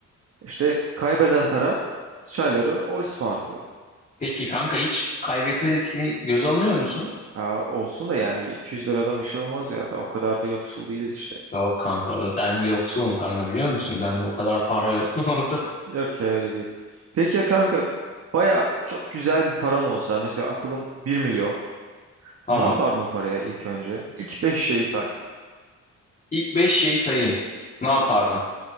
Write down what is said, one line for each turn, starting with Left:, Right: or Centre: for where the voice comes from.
Right: İşte kaybeden taraf çayları o ısmarlıyor.
Left: peki kanka hiç kaybetme riskini göze alıyor musun?
Right: Ya olsun da yani 200 liradan bir şey olmaz ya da o kadar da yoksul değiliz işte.
Left: Yok kanka ben bir yoksulum kanka biliyor musun? Bende o kadar para yok. <laughs> Olsa
Right: Yok ya öyle değil. Peki ya kanka baya çok güzel bir paran olsa mesela atılım bir milyon.
Left: tamam.
Right: Ne yapardın o paraya ilk önce? İlk 5 şeyi say
Left: İlk 5 şeyi sayayım. Ne yapardın?